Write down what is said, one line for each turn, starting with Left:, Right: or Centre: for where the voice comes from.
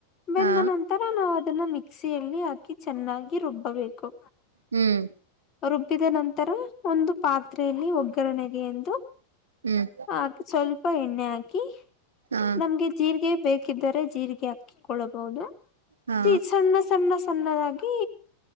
Left: ಬೆಂದ
Right: ಹಾ
Left: ನಂತರ ನಾವವು ಅದನ್ನ ಮಿಕ್ಸಿಯಲ್ಲಿ ಹಾಕಿ ಚೆನ್ನಾಗಿ ರುಬ್ಬ ಹಬೇಕು
Right: ಹ್ಮ್
Left: ರುಬ್ಬಿದ ನಂತರ ಒಂದು ಪಾತ್ರೆಯಲ್ಲಿ ಒಗ್ಗರಣೆಗೆ ಎಂದು
Right: ಹ್ಮ್
Left: ಅದುೆ ಚಲ್ ಪ ಎಣ್ಣ ಆಾಕಿ
Right: ಹಾ
Left: ನಮ್ಗೆ ಜೀರಿಗೆ ಬೇಕ ಹಾಕಿದರೆ ಜೀರಿಗೆ ಹಾಕಿಕೊಳ್ಳಬಹುದು
Right: ಹಾ
Left: ಜ ಸಣ್ಣ ಸಣ್ಣ ಸಣ್ಣದಾಗಿ